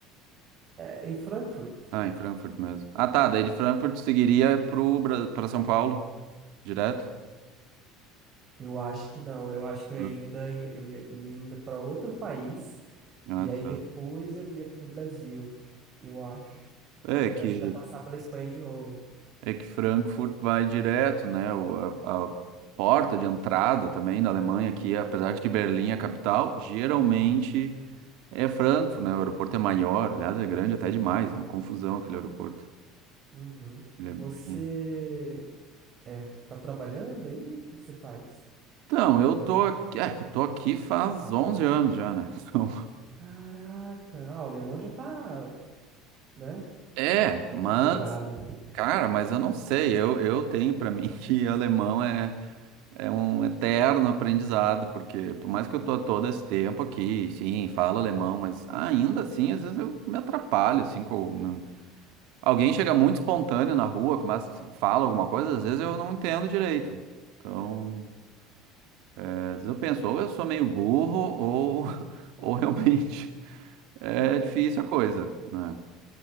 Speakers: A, on the right; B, on the right.
A: É, em Frankfurt.
B: Ah, em Frankfurt mesmo. Ah, tá. Daí de Frankfurt seguiria pro Bra- pra São Paulo, direto?
A: Eu acho que não. Eu acho que eu ainda
B: Ah,
A: ia- eu ia, eu ia ainda para outro país
B: ah,
A: e aí
B: tá.
A: depois eu ia pro Brasil. Eu acho.
B: É que
A: Eu acho que eu ia passar pela Espanha de novo.
B: é que Frankfurt vai direto, né? O- a, a porta de entrada também da Alemanha aqui, apesar de que Berlim é a capital, geralmente é Frankfurt, né? O aeroporto é maior, aliás, é grande até demais, é uma confusão aquele aeroporto.
A: Uhum.
B: Ele
A: Você
B: é bem.
A: é, tá trabalhando aí? O que que você faz?
B: Então, eu tô aqui, é, que eu tô aqui faz 11 anos já, né? <laughs> Então,
A: Caraca, ah, o alemão já tá, né?
B: é, mas
A: Calibrado.
B: Cara, mas eu não sei, eu, eu tenho pra mim <laughs> que alemão é, é um eterno aprendizado, porque por mais que eu tô há todo esse tempo aqui, sim, falo alemão, mas ainda assim, às vezes eu me atrapalho, assim, com, não- alguém chega muito espontâneo na rua, começa, fala alguma coisa, às vezes eu não entendo direito. Então, é, às vezes eu penso, ou eu sou meio burro, ou, <laughs> ou realmente é difícil a coisa, né?